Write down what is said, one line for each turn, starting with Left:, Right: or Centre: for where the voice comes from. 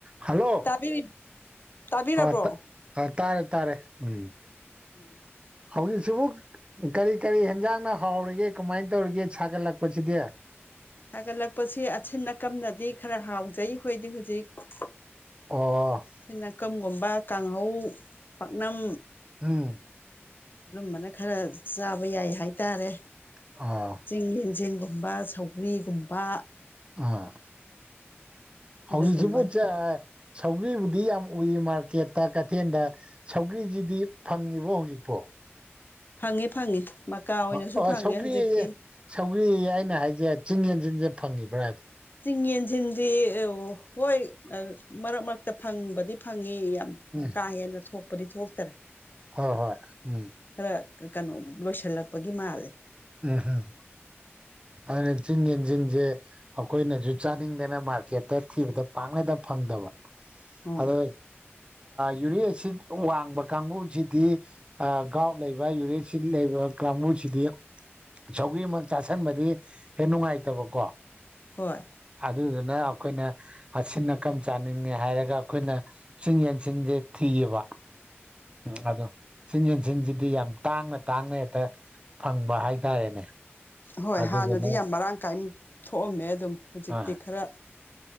Right: hello
Left: ꯇꯥꯕꯤꯔꯤ ꯇꯥꯕꯤꯔꯕ꯭ꯔꯣ
Right: ꯑ ꯑ ꯇꯥꯔꯦ ꯇꯥꯔꯦ ꯎꯝ
Left: <inaudible>
Right: ꯍꯧꯖꯤꯛꯁꯤꯕꯨ ꯀꯔꯤ ꯀꯔꯤ ꯍꯦꯟꯖꯥꯡꯅ ꯍꯥꯎꯔꯤꯒꯦ ꯀꯃꯥꯏꯅ ꯇꯧꯔꯤꯒꯦ ꯁꯥꯒꯠꯂꯛꯄꯁꯤꯗꯤ
Left: ꯍꯥꯏꯒꯠꯂꯛꯄꯁꯤ ꯑꯁꯤꯟ ꯑꯀꯝꯅꯗꯤ ꯈꯔ ꯍꯥꯎꯖꯩ ꯑꯩꯈꯣꯏꯗꯤ ꯍꯧꯖꯤꯛ
Right: ꯑꯣ
Left: ꯁ ꯅꯥꯀꯝꯒꯨꯝꯕ ꯀꯥꯡꯍꯧ ꯄꯥꯛꯅꯝ
Right: ꯎꯝ
Left: ꯑꯗꯨꯝꯕꯅ ꯈꯔ ꯆꯥꯕ ꯌꯥꯏ ꯍꯥꯏꯇꯥꯔꯦ
Right: ꯑ
Left: ꯆꯤꯡꯒꯤ ꯖꯦꯡꯒꯨꯝꯕ ꯁꯧꯒ꯭ꯔꯤꯒꯨꯝꯕ
Right: ꯑꯥ ꯍꯧꯖꯤꯁꯨ
Left: ꯑꯗꯨꯒꯨꯝꯕꯗꯨꯅ
Right: ꯄꯨꯁꯦ ꯁꯧꯒ꯭ꯔꯤꯕꯕꯨꯗꯤ ꯌꯥꯝ ꯎꯏ ꯃꯥꯔꯀꯦꯠꯇ ꯀꯩꯊꯦꯜꯗ ꯁꯧꯒ꯭ꯔꯤꯁꯤꯗꯤ ꯐꯪꯉꯤꯕꯣ ꯍꯧꯖꯤꯛꯄꯣ
Left: ꯐꯪꯉꯦ ꯐꯪꯉꯤ ꯃꯀꯥ ꯑꯣꯏꯅꯁꯨ
Right: ꯑ
Left: ꯐꯪꯉꯦ
Right: ꯑ ꯁꯧꯒ꯭ꯔꯤꯌꯦ
Left: ꯍꯧꯖꯤꯛꯇꯤ
Right: ꯁꯧꯒ꯭ꯔꯤ ꯑꯩꯅ ꯍꯥꯏꯁꯦ ꯆꯤꯡ ꯌꯦꯟ ꯆꯟꯁꯦ ꯐꯪꯉꯤꯕ꯭ꯔꯥꯗ
Left: ꯆꯤꯡ ꯌꯦꯟꯁꯤꯟꯗꯤ ꯍꯣꯏ ꯃꯔꯛ ꯃꯔꯛꯇ ꯐꯪꯕꯗꯤ ꯐꯪꯉꯤ ꯌꯥꯝ
Right: ꯎꯝ
Left: ꯀꯥ ꯍꯦꯟꯅ ꯊꯣꯛꯄꯗꯤ ꯊꯣꯛꯇꯔꯦ
Right: ꯍꯣꯏ ꯍꯣꯏ ꯎꯝ
Left: ꯈꯔ ꯀꯩꯅꯣ ꯂꯣꯏꯁꯤꯜꯂꯛꯄꯒꯤ ꯃꯥꯜꯂꯦ
Right: ꯎꯝꯝ ꯑꯗꯨꯅ ꯆꯤꯡ ꯌꯦꯁꯦ ꯑꯩꯈꯣꯏꯅꯁꯨ ꯆꯥꯅꯤꯡꯗꯅ ꯃꯥꯔꯀꯦꯠꯇ ꯊꯤꯕꯗ ꯄꯥꯛꯅꯗ ꯐꯪꯗꯕ
Left: ꯎꯝ
Right: ꯑꯗꯣ ꯌꯨꯔꯤꯛ ꯑꯦꯁꯤꯠ ꯋꯥꯡꯕ ꯀꯥꯡꯕꯨꯁꯤꯗꯤ ꯒꯥꯎꯠ ꯂꯩꯕ ꯌꯨꯔꯤꯛ ꯑꯦꯁꯤꯠ ꯂꯩꯕ ꯀꯥꯡꯕꯨꯁꯤꯗꯤ ꯁꯧꯒ꯭ꯔꯤꯃꯛ ꯆꯥꯁꯟꯕꯗꯤ ꯍꯦꯛ ꯅꯨꯡꯉꯥꯏꯇꯕꯀꯣ
Left: ꯍꯣꯏ
Right: ꯑꯗꯨꯗꯨꯅ ꯑꯩꯈꯣꯏꯅ ꯑꯁꯤꯟ ꯑꯀꯝ ꯆꯥꯅꯤꯡꯉꯦ ꯍꯥꯏꯔꯒ ꯑꯩꯈꯣꯏꯅ ꯆꯤꯡ ꯌꯦꯟꯁꯤꯟꯖꯦ ꯊꯤꯌꯦꯕ ꯎꯝ ꯑꯗꯣ ꯆꯤꯡ ꯌꯦꯟꯁꯤꯡꯁꯤꯗꯤ ꯌꯥꯝ ꯇꯥꯡꯅ ꯇꯥꯡꯅ ꯍꯦꯛꯇ ꯐꯪꯕ ꯍꯥꯏꯇꯥꯔꯦꯅꯦ
Left: ꯍꯣꯏ
Right: ꯑꯗꯨꯗꯨꯅ
Left: ꯍꯥꯟꯅꯗꯤ ꯌꯥꯝ ꯃꯔꯥꯡ ꯀꯥꯏꯅ ꯊꯣꯛꯑꯝꯃꯦ ꯑꯗꯨꯝ ꯍꯧꯖꯤꯛꯇꯤ
Right: ꯑ
Left: ꯈꯔ